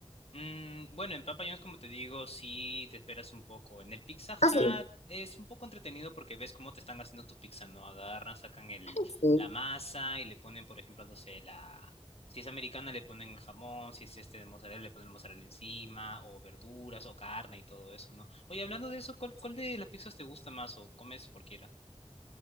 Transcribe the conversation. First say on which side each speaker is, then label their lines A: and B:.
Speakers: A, on the left; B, on the left.
A: Mm, bueno, en Papa John's, como te digo, sí te esperas un poco. En el Pizza Hut
B: Ah, sí.
A: es un poco entretenido porque ves cómo te están haciendo tu pizza, ¿no? Agarran, sacan el,
B: Sí.
A: la masa y le ponen, por ejemplo, no sé, la... Si es americana, le ponen jamón, si es este de mozzarella, le ponen mozzarella encima, o verduras, o carne y todo eso, ¿no? Oye, hablando de eso, ¿cuál, cuál de las pizzas te gusta más o comes cualquiera?